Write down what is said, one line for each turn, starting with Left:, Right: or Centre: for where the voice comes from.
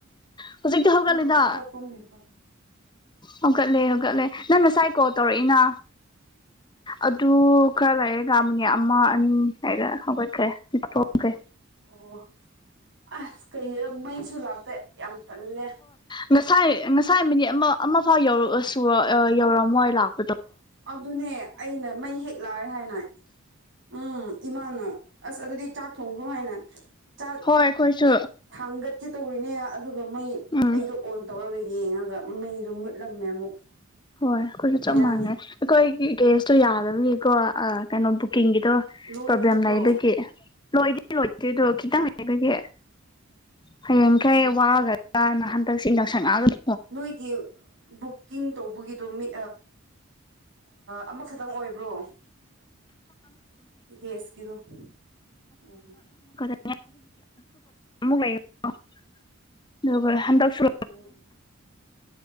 Left: ꯍꯧꯖꯤꯛꯇꯛꯇ ꯍꯧꯒꯠꯂꯤꯗ
Right: ꯅꯪ ꯍꯧꯖꯤꯛꯐꯥꯎ ꯇꯨꯝꯃꯤꯕ꯭ꯔꯣ
Left: ꯍꯧꯒꯠꯂꯦ ꯍꯧꯒꯠꯂꯦ ꯅꯪ ꯉꯁꯥꯏ ꯀꯣꯜ ꯇꯧꯔꯛꯏꯅ꯫ ꯑꯗꯨ ꯈꯔ ꯂꯩꯌꯦ ꯑꯥꯃꯤꯅꯤ ꯑꯃ ꯑꯅꯤ ꯍꯥꯏꯔ ꯍꯧꯒꯠꯈ꯭ꯔꯦ ꯊꯣꯛꯈ꯭ꯔꯦ
Right: ꯑꯣ ꯑꯁ ꯀꯩ ꯃꯩꯁꯨ ꯂꯥꯛꯇꯦ ꯌꯥꯝ ꯇꯜꯂꯦ꯫
Left: ꯉꯁꯥꯏ ꯉꯁꯥꯏ ꯃꯤꯅꯤꯠ ꯑꯃ ꯑꯃ ꯐꯥꯎꯧ ꯁꯨ ꯌꯧꯔꯝꯃꯣꯏ ꯂꯥꯛꯄ
Right: ꯑꯗꯨꯅꯦ ꯑꯩꯅ ꯃꯩ ꯍꯦꯛ ꯂꯥꯛꯑꯦ ꯍꯥꯏꯅ ꯎꯝ ꯏꯃꯥꯅ ꯑꯁ ꯑꯗꯨꯗꯤ ꯆꯥꯛ ꯊꯣꯡꯈ꯭ꯔꯣ ꯍꯥꯏꯅ ꯆꯥꯛ
Left: ꯍꯣꯏ ꯑꯩꯈꯣꯏꯁꯨ꯫
Right: ꯊꯥꯡꯒꯠꯀꯦ ꯇꯧꯔꯤꯅꯦ ꯑꯗꯨꯒ ꯃꯩ
Left: ꯎꯝ
Right: ꯑꯩꯗꯣ ꯑꯣꯟ ꯇꯧꯔꯒ ꯌꯦꯡꯉꯥꯒ꯫ ꯃꯩꯗꯣ ꯃꯨꯠꯂꯝꯃꯦ ꯑꯃꯨꯛ꯫
Left: ꯍꯣꯏ ꯑꯩꯈꯣꯏꯁꯨ
Right: ꯕꯦꯔꯥꯅꯤ
Left: ꯆꯞ ꯃꯥꯟꯅꯩ ꯑꯩꯈꯣꯏꯒꯤ ꯀꯦꯁꯇꯣ ꯌꯥꯗꯕꯒꯤꯀꯣ ꯀꯩꯅꯣ ꯕꯨ ꯀꯤꯡꯒꯤꯗꯣ
Right: ꯂꯣꯏꯈ꯭ꯔꯕ꯭ꯔꯣ
Left: ꯄ꯭ꯔꯣꯕ꯭ꯂꯦꯝ ꯂꯩꯕꯒꯤ ꯂꯣꯏꯗꯤ ꯂꯣꯏꯗꯦ ꯑꯗꯣ ꯈꯤꯇꯪ ꯂꯩꯕꯒꯤ ꯍꯌꯦꯡꯈꯩ
Right: ꯑꯣ
Left: ꯋꯥꯒꯗꯅ ꯍꯟꯗꯛꯁ ꯉꯛꯑꯒꯗ
Right: ꯅꯣꯏꯒꯤ ꯕꯨꯛꯀꯤꯡ ꯇꯧꯕꯒꯤꯗꯣ ꯃꯤ ꯑꯃꯈ ꯈꯤꯇꯪ ꯑꯣꯏꯕ꯭ꯔꯣ꯫ ꯦ ꯑꯦꯁꯀꯤꯗ ꯑꯣꯍꯣ <unintelligible>
Left: ꯒꯤ ꯂꯩ ꯑꯗꯨꯒ ꯍꯟꯗꯛꯁꯨ
Right: ꯑꯣ